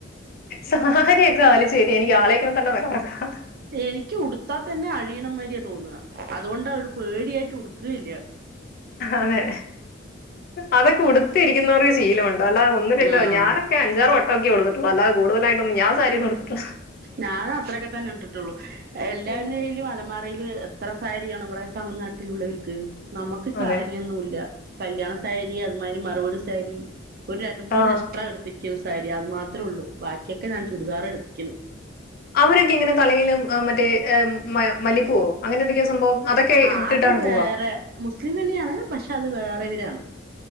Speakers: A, on the left; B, on the right.
A: സാരിയൊക്കെ വലിച്ചേറ്റി എനിക്ക് ആലോചികുമ്പോൾ തന്നെ തല കറങ്ങാ
B: എനിക്ക് ഉടുത്താ തന്നെ അഴിയണ മാരിയാ തോന്നുക അതുകൊണ്ട ഒ ര് പേടിയായിട്ട് ഉടുക്കുകയില്ല
A: അതെ അതൊക്കെ ഉടുത്തി ഇരിക്കുന്നവർക്ക് ശീലഒണ്ട് അല്ലാതെ ഒന്ന് രണ്ട്
B: ആഹ്
A: ഞാനൊക്കെ അഞ്ചാറ് വട്ടൊക്കെ ഉടുത്തിട്ടൊള്ളൂ അല്ലാതെ കൂടുതലായിട്ടൊന്നും ഞാൻ സാരി ഒന്നും ഉടുക്കത്തില്ല
B: ഞാനും അത്രേക്കെ തന്നെ ഇട്ടി ട്ടുള്ളൂ എല്ലാന്റെ
A: ഉം,
B: കയ്യിലുംഅല മാരയില് എത്ര സാരിയാണ് ഇവിടെ തമിഴ്നാട്ടിലുള്ളവർക്ക് നമുക്ക് സാരിയൊന്നൂല്ല
A: അതെ
B: കല്യാണ സാരി അതുമാതിരി മറുവീട് സാരി ഒരു രണ്ട് മൂന്ന്
A: ആ
B: എക്സ്ട്രാ എടുത്തി ക്ക് സാരി അതു മാത്രേ ഉള്ളു ബാക്കിയൊക്കെ ഞാൻ ചുരിദാർ എടുത്തിക്കുണ്
A: അവരൊക്കെ ഇങ്ങനെ തലയിലും മറ്റേ മല്ലിപൂവോ അങ്ങനെ എന്തൊക്കെയോ സംഭവം അതൊക്കെ
B: ആഹ്
A: ഇട്ടിട്ടാണ്
B: അത് വേറെ
A: പോവാ
B: മുസ്ലിം തന്നെയാണ് പക്ഷെ അത് വേറെ ഇവരാണ്